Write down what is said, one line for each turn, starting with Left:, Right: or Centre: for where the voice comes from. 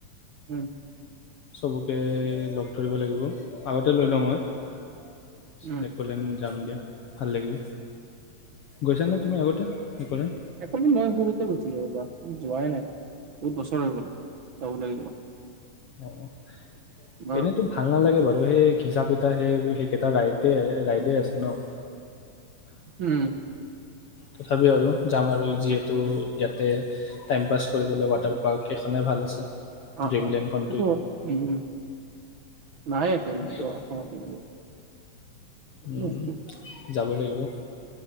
Right: উম
Left: চবকে লগ ধৰিব লাগিব আগতে লৈ লওঁ মই
Right: উম,
Left: এক'লেণ্ড যাম দিয়া ভাল লাগিব গৈছানে তুমি আগতে এক'লেণ্ড
Right: এক'লেণ্ড মই সৰুতে গৈছিলো ৰবা আৰু যোৱাই নাই বহুত বছৰ হৈ গল যাব লাগিব
Left: অ <inaudible>
Right: তোমাৰ
Left: এনেইতো ভাল নালাগে বাৰু সেই ঘিচা পিতা সেই একেটা ৰাইতে ৰাইডে আছে ন
Right: উম
Left: তথাপি আৰু যাম আৰু যিহেতু ইয়াতে টাইম পাছ কৰিবলৈ ৱাটাৰ পাৰ্ক এখনে ভাল আছে
Right: অ',
Left: ড্ৰিমলেণ্ডখন
Right: <unintelligible> উম নাই <unintelligible> <unintelligible>
Left: সেইটো কাৰণে উম,
Right: বছ ঠিক <unintelligible>
Left: যাব লাগিব